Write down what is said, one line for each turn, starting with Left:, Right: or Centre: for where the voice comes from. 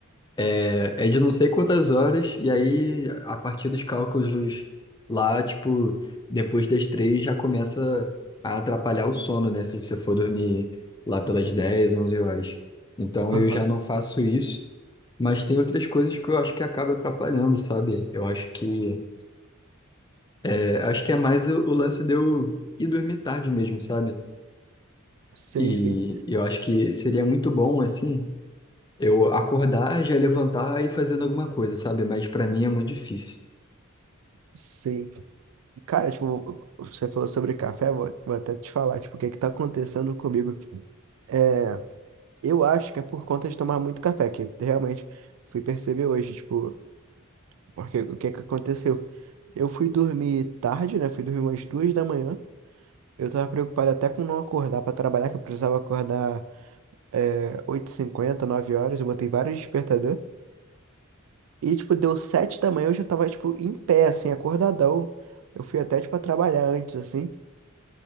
Left: é, é de não sei quantas horas, e aí, a partir dos cálculos lá, tipo, depois das três já começa a atrapalhar o sono, né? Se você for dormir lá pelas 10 11 horas. Então,
Right: Aham.
Left: eu já não faço isso, mas tem outras coisas que eu acho que acaba atrapalhando, sabe? Eu acho que. É, acho que é mais o, o lance de eu ir dormir tarde mesmo, sabe?
Right: Sim,
Left: E
Right: sim.
Left: eu acho que seria muito bom, assim. Eu acordar, já levantar e ir fazendo alguma coisa, sabe? Mas pra mim é muito difícil.
Right: Sim. Cara, tipo, você falou sobre café, vou, vou até te falar, tipo, o que que tá acontecendo comigo. É, eu acho que é por conta de tomar muito café, que realmente fui perceber hoje, tipo, porque o que que aconteceu? Eu fui dormir tarde, né? Fui dormir umas duas da manhã. Eu tava preocupado até com não acordar pra trabalhar, que eu precisava acordar é, 8h50, 9 horas. Eu botei vários despertador E, tipo, deu sete da manhã, eu já tava, tipo, em pé, assim, acordadão. Eu fui até, tipo, a trabalhar antes, assim.